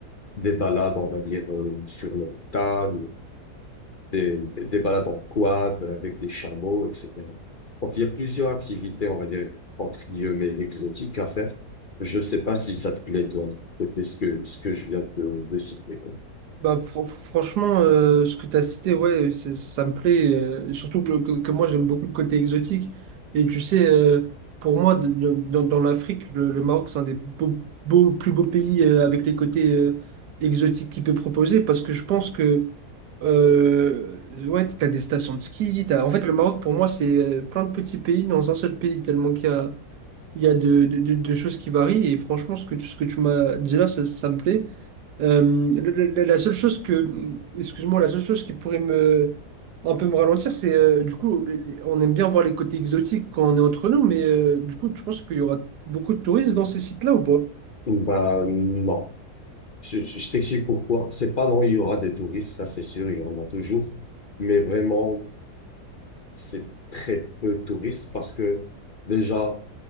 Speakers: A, on the left; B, on the right.
A: des balades, on va dire, euh, sur le tas des, des balades en quad avec des chameaux, etc. Donc, il y a plusieurs activités, on va dire, entre guillemets, exotiques à faire. Je sais pas si ça te plaît, toi, de côté ce que, ce que je viens de, de citer, quoi.
B: Bah, fr- fr- franchement, euh, ce que tu as cité, ouais, c'est- ça me plaît. euh, surtout que, que, que moi, j'aime beaucoup le côté exotique. Et tu sais, euh, pour moi, de- de- dans, dans l'Afrique, le, le Maroc, c'est un des beaux, beaux- plus beaux pays euh, avec les côtés euh, exotiques qu'il peut proposer. Parce que je pense que, euh, ouais, tu as des stations de ski. t'as- En fait, le Maroc, pour moi, c'est euh, plein de petits pays dans un seul pays, tellement qu'il y a, il y a de, de, de- de choses qui varient. Et franchement, ce que, tu- ce que tu m'as dit là, ça ça me plaît. Euh, le- le- la seule chose que, excuse-moi, la seule chose qui pourrait me, un peu me ralentir, c'est euh, du coup, les- les- on aime bien voir les côtés exotiques quand on est entre nous, mais euh, du coup, tu penses qu'il y aura beaucoup de touristes dans ces sites-là ou pas?
A: Bah, non. Je, je, je t'explique pourquoi. C'est pas non, il y aura des touristes, ça c'est sûr, il y en a toujours. Mais vraiment, c'est très peu de touristes parce que déjà,